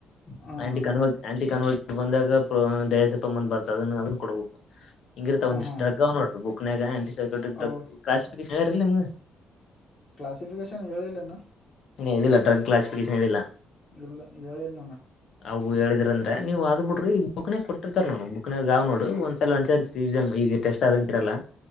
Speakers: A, on the left; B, on the left.
A: ಹಾ
B: ಆಂಟಿ
A: ಅಣ್ಣ
B: ಕನ್ಲವ ಆಂಟಿ ಕನ್ಲವ ಬಂದಾಗ ಡಯಸ ಬಂದ ಬರ್ತದನ್ನ ಅದನ್ ಕೊಡ್ಬೇಕು ಹಿಂಗಿರ್ತಾವ
A: ಹ್ಮ್
B: ಒಂದಸ್
A: ಹಾ
B: ಡ್ರಗ್
A: ಅಣ್ಣ
B: ಅವ್ ನೋಡು. ಆಂಟಿಸೆಪ್ಟಿಕ್
A: ಹೌದು
B: ಕ್ಲಾಸ ಫಿಸಹೇಳ್ಯರಯಿಲ್ಲ ನಿಮಗ.
A: ಕ್ಲಾಸಿಫಿಕೇಶನ್ ಹೇಳಿಲ್ಲ ಇನ್.
B: ನು ಇಲ್ಲಡಗ್ ಕ್ಸಫಿಕೇಶನ್ ಏನಿಲ್ಲ
A: ಇಲ್ಲ ಹೇಳಿಲ್ಲಣ್ಣ
B: ಅವು ಹೇಳಿದ್ರ ಅಂದ್ರೆ ನೀವು ಅ ಆದ್ ಬಿಡ್ರಿ ಈ ಬುಕ್ನ ಕೊಟ್ಟರ್ತಾರ ನೋಡ್ ಬುಕ್ವ್ ನೋಡು ಒಂದಸಲ ಒಂದಸ ಈಗ ಟೆಸ್ಟ್ ಆದಂತಿರಲ್ಲ